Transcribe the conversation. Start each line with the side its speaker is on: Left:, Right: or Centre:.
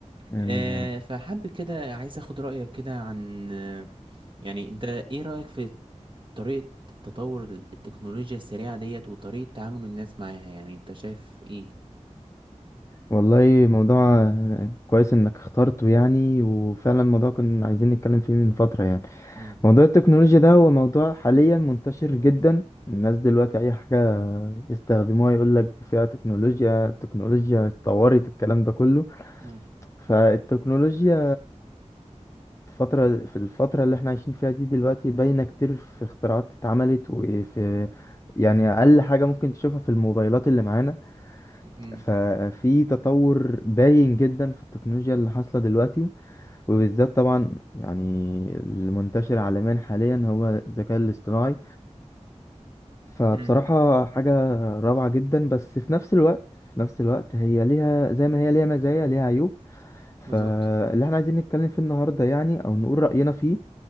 Left: امين
Right: آه،
Left: يا رب
Right: فحابب كده عايز اخد رأيك كده عن آه، يعني انت ايه رأيك في طريقة تطور ال- التكنولوجيا السريعة ديت وطريقة تعامل الناس معاها يعني انت شايف ايه
Left: والله موضوع كويس انك اخترته يعني وفعلا الموضوع كنا عايزين نتكلم فيه من فتره يعني
Right: اه
Left: موضوع التكنولوجيا ده هو موضوع حاليا منتشر جدا الناس دلوقتي اي حاجة يستخدموها يقول لك فيها تكنولوجيا التكنولوجيا اتطورت الكلام ده كله
Right: امم
Left: فالتكنولوجيا الفترة في الفترة اللي احنا عايشين فيها دي دلوقتي باينة كتير في اختراعات اتعملت وفي يعني اقل حاجة ممكن تشوفها في الموبايلات اللي معانا
Right: امم
Left: ففي تطور باين جدا في التكنولوجيا اللي حاصلة دلوقتي وبالذات طبعا يعني المنتشر عالميا حاليا هو الذكاء الاصطناعي فبصراحة
Right: امم
Left: حاجة روعة جدا بس في نفس الوقت في نفس الوقت هي ليها زي ما هي ليها مزايا ليها عيوب فاللي
Right: بالظبط
Left: احنا عايزين نتكلم فيه النهاردة يعني أو نقول رأينا فيه